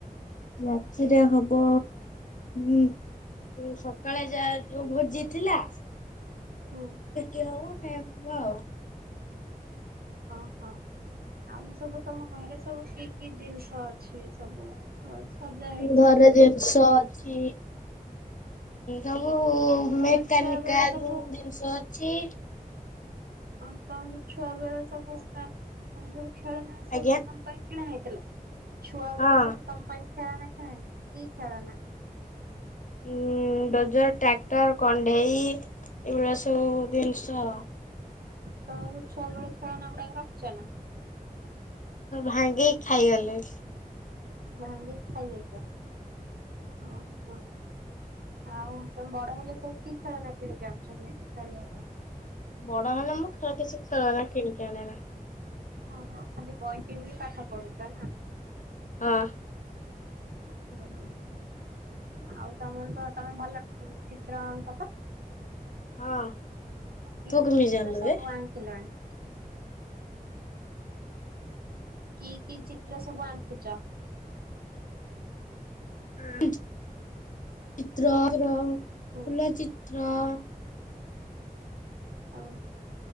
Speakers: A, on the left; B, on the right.
A: ରାତିରେ ହବ ଉ ସକାଳେ ଯା ଯୋଉ ଭୋଜି ଥିଲା
B: ହୁଁ
A: <unintelligible>
B: ହଁ ହଁ। ଆଉ ସବୁ ତମ ଘରେ ସବୁ କି କି ଜିନିଷ ଅଛି ସବୁ ସଜା ହେଇଛି
A: ଘର
B: ସବୁ
A: ଜିନିଷ ଅଛି ସବୁ
B: ତମ
A: ମେକାନିକାଲ
B: ଛୁଆ ବେଳେ ସବୁ
A: ଜିନିଷ ଅଛି।
B: ଆଉ ତାନେ ଛୁଆ ବେଳେ ସବୁ ଆସିଲା ତଣ ଯୋ ଖେଳ ନା ସବୁ
A: ଆଜ୍ଞା।
B: ତମ ପାଇଁ କିଣା ହେଇଥିଲା ଛୁଆ
A: ହଁ
B: ବେଳୁ ସବୁ ତମ ପାଇଁ ଖେଳ ନା ଖେଳନି କି ଖେଳନା
A: ଉଁଡ୍ରୋଜର ଟ୍ରାକ୍ଟର କଣ୍ଢେଇ ଏଇଭଳିଆ ସବୁ ଜିନିଷ।
B: ତ ଛୁଆ ବଳେ ଖେଳାନ ଗୋଡା ରଖିଛ ନା?
A: ଭାଙ୍ଗେଇି ଖାଇଗଲେ।
B: ଭହାଙ୍ଗେଇ ଖାଇଯାଇଛ ହଁ ହଁ। ଆଉ ତମେ ବଡ ହେଲେ ସବୁ କି ଖେଳନା କିଣି ଜାଣିଛନ୍ତି ଖିବା ପାଇଁ?
A: ବଡ ହେଲେ ମୁଁ ଖେ କିଛି ଖେଳ ନା କିଣିକି ଆଣେନା।
B: ଓ ହୋ ଖାଲି ବହି କିଣିକି ପାଠ ପଢୁଛ ନା।
A: ହଁ।
B: <unintelligible> ଆଉ ତମ ସହ ତମେ ଭଲ ଚିତ୍ର ଅଙ୍କ ତ।
A: ହଁ।
B: କି
A: ତୁ
B: କି
A: କେମିତି
B: ଚିତ୍ର
A: ଜାଣିଲୁ
B: ସବୁ
A: ବେ
B: ଆଙ୍କିଲଣି? କି କି ଚିତ୍ର ସବୁ ଆଙ୍କୁଚ?
A: <unintelligible>
B: ହୁଁ। ଓ